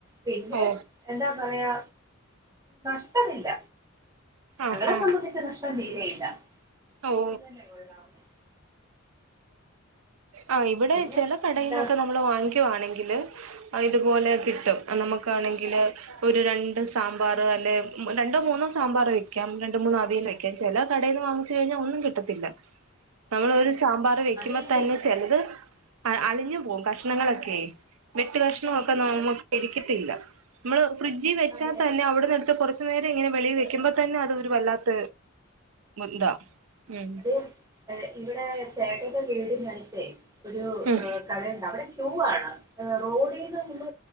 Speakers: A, on the right; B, on the right.
A: പിന്നെ
B: ഓ
A: എന്താ പറയാ കഷ് ട്ടുന്നില്ല
B: ആഹാ
A: ഞങ്ങളെ സംബന്ധിച്ച് നഷ്ടം തീരെ ഇല്ല ഞാൻ
B: ഓ
A: ചന്തല്ലേ കൊഴതാന്നെ <unintelligible>
B: ആ ഇവിടേം
A: പിന്നെ
B: ചില കടയിൽന്നൊക്കെ
A: എന്താ
B: നമ്മള് വാങ്ങിക്കുവാണെങ്കിൽ ങ്കിലെ ഇതുപോലെ കിട്ടും നമുക്കാണെങ്കിലെ ഒരു രണ്ട് സാമ്പാറോ അല്ലെ രണ്ടോ മൂന്നോ സാമ്പാറു വെയ് ക്കാം രണ്ടു മൂന്നവിയൽ വെയ്ക്കാം ചെല കടെന്ന് വാങ്ങിച്ചു കഴിഞ്ഞാൽ ഒന്നും കിട്ടത്തില്ല നമ്മളൊരു ഒരു സാമ്പാറു വെയ്
A: അത്
B: ക്കു പ്പത്തന്നെ
A: ഈ
B: ചെലത് അ അളിഞ്ഞു പോം കഷ്ണങ്ങളൊക്കേ വെട്ടു കഷ ണൊക്കെ നമുക്ക് ഇരിക്കത്തില്ല നമ്മള് ഫ്രിഡ്ജി വച്ചാത്തന്നെ
A: അതെ
B: അവിടു ന്നെടുത്ത് കുറച്ച് നേരെ ഇങ്ങനെ വെളി വെക്കുമ്പത്ത ന്നെ അതു വല്ലാത്ത ഇതാ ഉം
A: അതെ ഏ ഇവിടെ ചേട്ടന്റെ വീടിനടുത്തെ ഒരു
B: ഉം
A: കടെണ്ട് അവിടെ ക്യൂ ആണ് എ റോഡീന്നെ മുമ്പേ